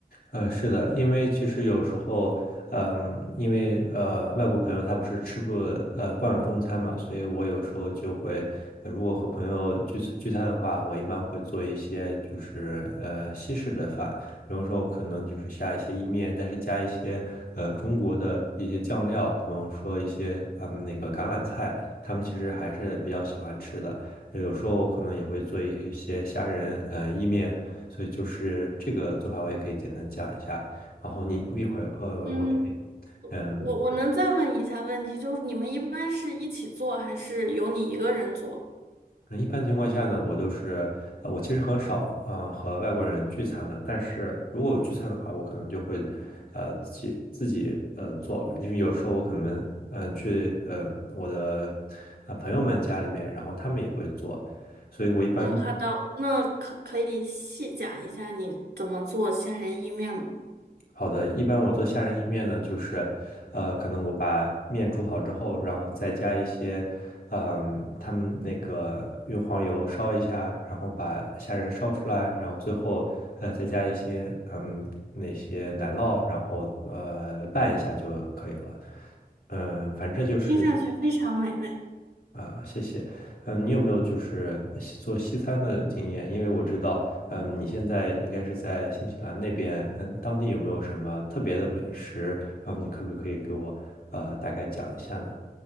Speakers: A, on the left; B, on the right.
A: 嗯，是的，因为其实有时候，嗯，因为呃，外国朋友他不是吃不呃惯中餐嘛，所以我有时候就会，呃如果和朋友聚餐聚餐的话，我一般会做一些就是呃西式的饭，比方说可能就是下一些意面，但是加一些呃中国的一些酱料，比方说一些嗯那个橄榄菜，他们其实还是比较喜欢吃的。呃有时候我可能也会做一些虾仁呃意面。所以就是这个做法，我也可以简单讲一下。然后你一会儿，呃，
B: 嗯，
A: 我也可以，嗯，
B: 我我能再问一下问题，就是你们一般是一起做，还是由你一个人做？
A: 那一般情况下呢，我都是，呃，我其实很少，呃，和外国人聚餐的。但是如果我聚餐的话，我可能就会，呃，自己自己呃做，因为有时候我可能，嗯、去呃我的呃朋友们家里面，然后他们也会做，所以我一般
B: 嗯，好的，那可可以细讲一下你怎么做虾仁意面吗？
A: 好的，一般我做虾仁意面呢，就是，呃，可能我把面煮好之后，然后再加一些，嗯，他们那个用黄油烧一下，然后把虾仁烧出来，然后最后，呃，再加一些，嗯，那些奶酪，然后呃拌一下就可以了。嗯，反正就是
B: 听上去非常美味。
A: 啊，谢谢。嗯，你有没有就是西做西餐的经验？因为我知道，嗯，你现在应该是在新西兰那边，嗯，当地有没有什么特别的美食？然后你可不可以给我呃大概讲一下呢？